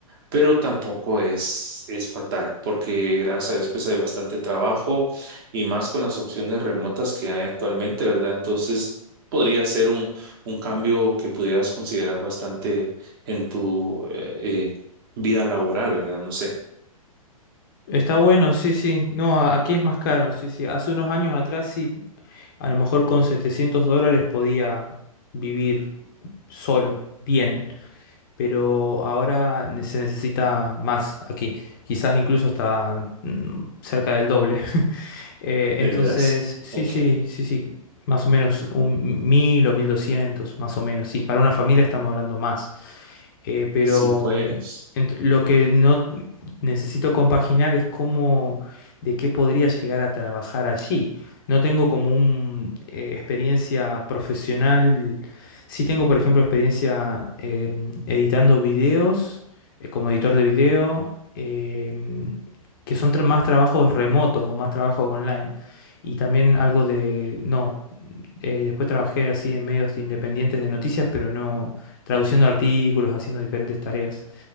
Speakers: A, on the right (about 35°); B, on the left (about 35°).
A: pero tampoco es, es fatal, porque gracias a Dios pues hay bastante trabajo y más con las opciones remotas que hay actualmente, ¿verdad? Entonces podría ser un, un cambio que pudieras considerar bastante en tu eh, eh, vida laboral, ¿verdad? No sé,
B: Está bueno, sí, sí. No, a- aquí es más caro, sí, sí. Hace unos años atrás sí, a lo mejor con 700 dólares podía vivir solo, bien, pero ahora ne- se necesita más aquí, quizás incluso hasta mm, cerca del doble. Eh, entonces,
A: ¿de veras?
B: sí,
A: Ok,
B: sí, sí, sí, más o menos un mil o 1200 más o menos. Sí, para una familia estamos hablando más. Eh, pero
A: sí pues.
B: mm, ent- lo que no necesito compaginar es cómo, de qué podría llegar a trabajar allí. No tengo como una experiencia profesional. Sí tengo, por ejemplo, experiencia em, editando videos, eh, como editor de video, em, que son tra- más trabajos remotos o más trabajos online. Y también algo de, no, eh, después trabajé así en medios independientes de noticias, pero no traduciendo artículos, haciendo diferentes tareas.